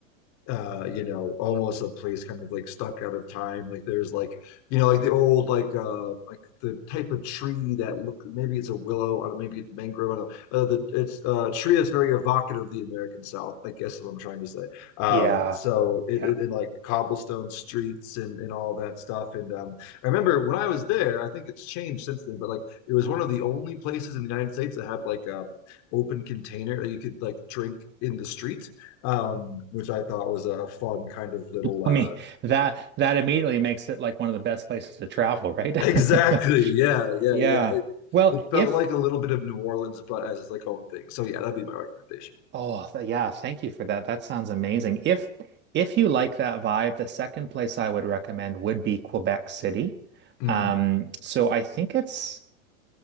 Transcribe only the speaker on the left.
uh you know almost a place kind of like stuck out of time like there's like you know like the old like uh like the type of tree that look maybe it's a willow I don't know, maybe it's mangrove I don't know uh, the it's uh, a tree that's very evocative of the American South I guess is what I'm trying to say um
so it,
it, it like cobblestone streets and and all that stuff and um I remember when I was there I think it's changed since then but like it was one of the only places in the United States that had like um open container that you could like drink in the street um, which I thought was a fun kind of little. Uh,
<laughs>
exactly.
Yeah. Yeah.
Yeah. It
it felt
like a little bit of New Orleans, but as like home thing. So yeah, that'd be my recommendation.
Mm.